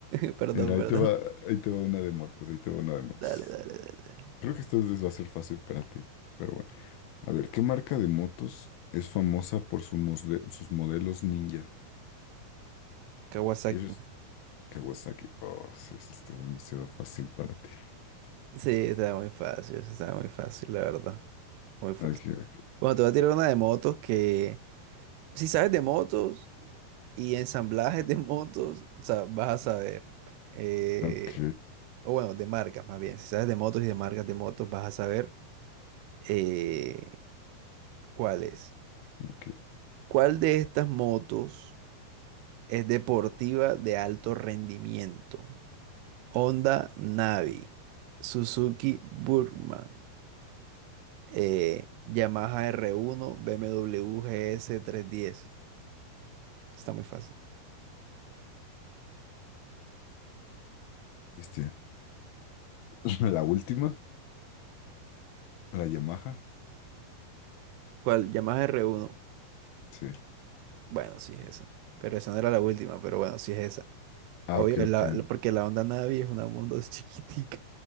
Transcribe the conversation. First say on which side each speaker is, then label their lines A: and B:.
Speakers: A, on the right; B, on the left.
A: <laughs> Perdón,
B: Mira, ahí
A: perdón.
B: te va, ahí te va una de motos, ahí te va una de motos.
A: Dale, dale, dale.
B: Creo que esta vez va a ser fácil para ti, pero bueno. A ver, ¿qué marca de motos es famosa por su mosde- sus modelos ninja?
A: Kawasaki.
B: ¿Quieres Kawasaki? Oh, sí, sí, está demasiado fácil para ti.
A: Sí, está muy fácil, eso está muy fácil, la verdad. Muy fácil.
B: Ok, ok,
A: Bueno, te voy a tirar una de motos que, si sabes de motos y ensamblajes de motos, o sea, vas a saber. Eh,
B: ok,
A: o bueno, de marcas más bien. Si sabes de motos y de marcas de motos, vas a saber eh, cuál es.
B: ok.
A: ¿Cuál de estas motos es deportiva de alto rendimiento? Honda Navi, Suzuki Burgman, eh, Yamaha R1, BMW GS310. Está muy fácil.
B: Cristian. <laughs> La última, la Yamaha.
A: ¿Cuál? Yamaha R1.
B: Sí.
A: Bueno, sí es esa. Pero esa no era la última, pero bueno, sí es esa.
B: Ah,
A: Obvio,
B: ok, ok.
A: la-
B: <laughs>
A: la- porque la Honda Navi es una moto chiquitica.